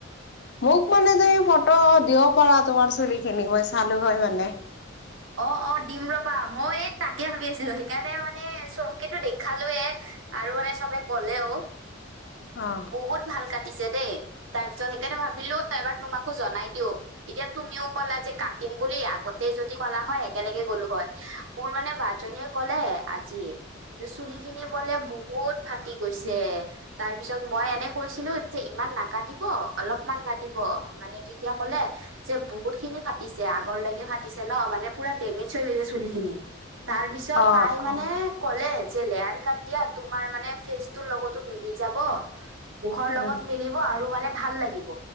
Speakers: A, on the left; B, on the right.
A: মোক মানে তুমি ফটো দিব পাৰা, তোমাৰ চুলি খিনি মই চালো হয় মানে।
B: অ অ দিম ৰবা, মই তাকে ভাবি আছিলো সেইকাৰণে মানে চবকেতো দেখালোয়ে আৰু মানে চবে কলেও
A: অ
B: বহুত ভাল তাত। কাটিছে দেই তাৰপিছত সেইকাৰণে ভাবিলো এবাৰ তোমাকো জনাই দিওঁ। এতিয়া তুমিও ক'লা যে কাটি বুলি। আগতেই যদি কলা হয় একেলগে গলো হয়। মোৰ মানে বাজনিয়ে ক'লে আজি। যে চুলি খিনি বলে বহুত ফাটি গৈছে, তাৰ তাৰ পিছত মই এনে কৈছিলো, যে ইমান নাকাটিব অলপমান কাটিব মানে তেতিয়া ক'লে, যে বহুত খিনি ফাটিছে, আগলৈকে ফাটিছে ন মানে পুৰা ডেমেজ হৈ গৈছে চুলি খিনি। তাৰ পিছত
A: অ
B: তাই মানে
A: অ
B: কলে, যে লেয়াৰ কাট দিয়া, তোমাৰ মানে ফেচ তোৰ লগতো মিলি যাব। মুখৰ
A: উম
B: লগত মিলিব আৰু মানে ভাল লাগিব।